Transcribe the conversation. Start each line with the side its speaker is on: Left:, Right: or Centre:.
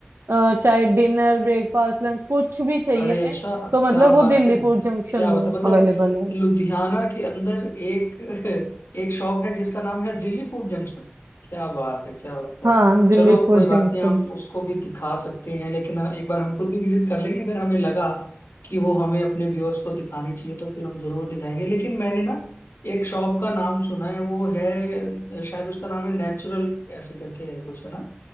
Right: अ, चाहे डिनर ब्रेकफास्ट लंच कुछ भी चाहिए
Left: अरे अच्छा
Right: तो मतलब
Left: क्या
Right: वो
Left: बात
Right: दिल्ली
Left: है
Right: फूड जंक्शन
Left: क्या
Right: में
Left: बात है मतलब
Right: अवेलेबल है
Left: लुधियाना के अंदर एक <laughs> एक शॉप है जिसका नाम है दिल्ली फूड जंक्शन क्या बात है क्या बात है
Right: हाँ दिल्ली
Left: चलो
Right: फूड
Left: कोई बात
Right: जंक्शन
Left: नहीं हम उसको भी दिखा सकते हैं लेकिन हाँ, एक बार हम खुद भी विजिट कर लेंगे अगर हमें लगा कि वो हमें अपने व्यूअर्स को दिखानी चाहिए तो फिर हम जरूर दिखाएंगे लेकिन मैंने ना एक शॉप का नाम सुना है वो है शायद उसका नाम है नेचुरल ऐसे करके है कुछ है ना